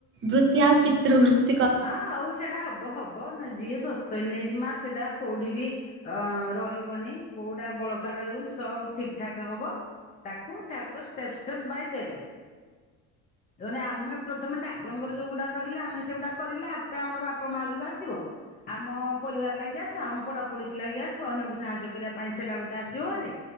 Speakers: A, on the right; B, on the left.
A: ବୃତ୍ତି ଆଉ ପିତୃ ବୃତ୍ତି
B: ଆ ଆଉ ସେଇଟା ହବ ହବ ନା ଯିଏ ସ୍ଵସ୍ତିକ ନେଇଛି ମା ସେଇଟା କୋଉଠି ବି ଅ ରହିବନି କୋଉଟା ବଳକା ରହିବନି ସବୁ ଠିକ ଠାକ ହବ। ତାକୁ ଠାକୁର ଷ୍ଟେପ୍ ଷ୍ଟେପ୍ ବାଇ ଦେବେ। ତ ମାନେ ଆମେ ପ୍ରଥମେ ଠାକୁରଙ୍କର ଯୋଉ ଗୁଡ଼ା ରହିଲା ଆମ ସେଗୁଡ଼ାକ କରିଲେ ଆପେ ଆମର ବାପା ମା ଯୋଗ ଆସିବ? ଆମ ପରିବାର ଲାଗି ଆସିବ ଆମ ପଡ଼ାପଡ଼ୋଶୀ ଲାଗି ଆସିବ ଅନ୍ୟକୁ ସାହାଯ୍ୟ କରିବା ପାଇଁ ସେଇଟା ଗୋଟେ ଆସିବ ଭାରି?